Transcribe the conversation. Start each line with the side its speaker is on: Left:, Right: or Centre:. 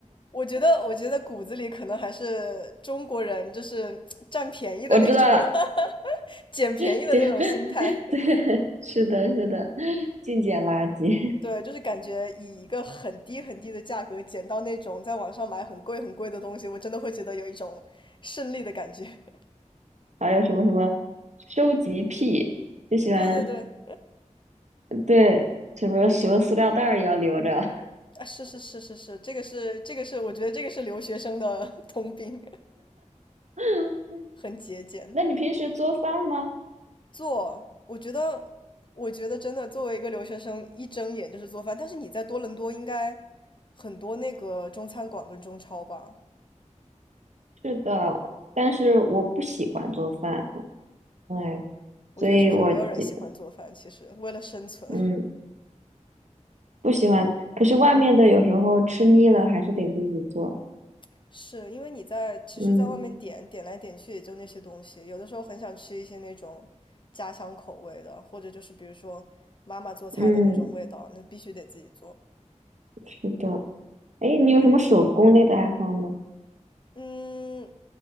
Left: 我觉得，我觉得骨子里可能还是中国人，就是占便宜的那种
Right: 我知道，
Left: <laughs> 捡便宜的那种心态。
Right: <laughs> 这样，<laughs> 对，是的，是的，净捡垃圾。
Left: 对，就是感觉以一个很低很低的价格捡到那种在网上买很贵很贵的东西，我真的会觉得有一种胜利的感觉。<laughs>
Right: 还有什么什么收集癖，就喜欢
Left: 对对对，
Right: 对什么什么塑料袋儿也要留着。
Left: 啊，是是是是是，这个是这个是，我觉得这个是留学生的 <laughs> 通病，
Right: <laughs>
Left: 很节俭。
Right: 那你平时做饭吗？
Left: 做，我觉得，我觉得真的，作为一个留学生，一睁眼就是做饭。但是你在多伦多应该很多那个中餐馆跟中超吧？
Right: 是的，但是我不喜欢做饭，哎，
Left: 我觉得就是没有人喜欢做饭，
Right: 所以我就
Left: 其实为了生存，
Right: 嗯不喜欢。可是外面的有时候吃腻了，还是得自己做。
Left: <laughs> 是因为你在其实，
Right: 嗯
Left: 在外面点点来点去也就那些东西，有的时候很想吃一些那种家乡口味的，或者就是比如说妈妈做菜的那种味道，
Right: 嗯，
Left: 那必须得自己做。
Right: 是的。哎，你有什么手工类的爱好吗？
Left: 嗯，